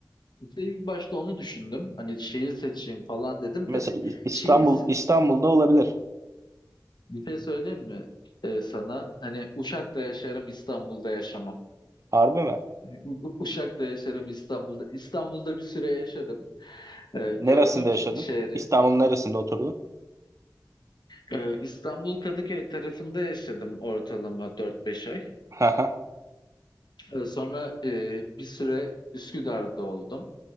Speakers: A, on the left (about 70°); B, on the right (about 40°).
A: İlk başta onu düşündüm hani şehir seçeyim falan dedim
B: Mesela
A: de
B: İ- İstanbul
A: şehir
B: İstanbul'da olabilir.
A: Bir şey söyleyeyim mi e, sana? Hani Uşak'ta yaşarım, İstanbul'da yaşamam.
B: Harbi mi?
A: U- U- Uşak'ta yaşarım, İstanbul'da. İstanbul'da bir süre yaşadım. E, gördüm
B: Neresinde yaşadın?
A: şehri.
B: İstanbul'un neresinde oturdun?
A: E, İstanbul Kadıköy tarafında yaşadım ortalama dört beş ay.
B: <laughs> Haha.
A: E, sonra e, bir süre Üsküdar'da oldum.